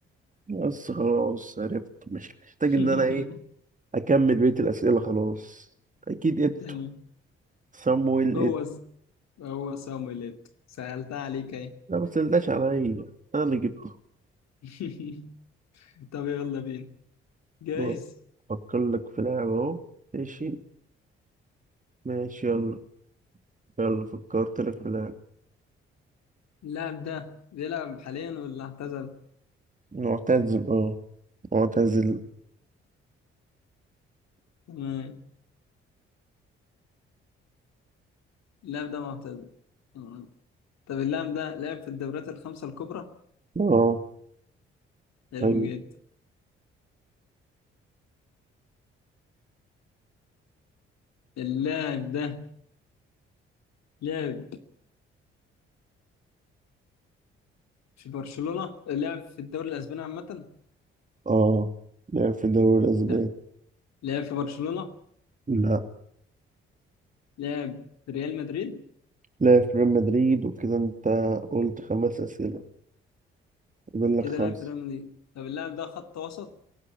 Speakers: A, on the right; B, on the left.
A: بس خلاص عرفت مش محتاج
B: <laughs>
A: إن أنا إيه أكمل بقية الأسئلة خلاص أكيد إتو
B: تمام
A: سامويل
B: هو
A: إتو
B: س... هو سامويليت سهلتها عليك اهي
A: لا ما تسألناش عليا أنا اللي جبته
B: <laughs> طب يلا بينا جايز
A: ماشي. أفكر لك في لاعب أهو ماشي ماشي يلا يلا فكرت لك في لاعب
B: اللاعب ده بيلعب حاليا ولا اعتزل؟
A: معتزل أه معتزل
B: تمام اللاعب ده معتزل تمام. طب اللاعب ده لعب في الدوريات الخمسة الكبرى؟
A: أه
B: حلو
A: أيوة
B: جدا اللاعب ده لعب في برشلونة لعب في الدوري الأسباني عامة؟
A: اه لعب في الدوري الأسباني
B: تمام لعب في برشلونة
A: لا
B: لعب في ريال مدريد
A: لعب في ريال مدريد وكده أنت قلت خمس أسئلة فاضل لك
B: كده
A: خمسة
B: لعب في ريال مدريد طب اللاعب ده خط وسط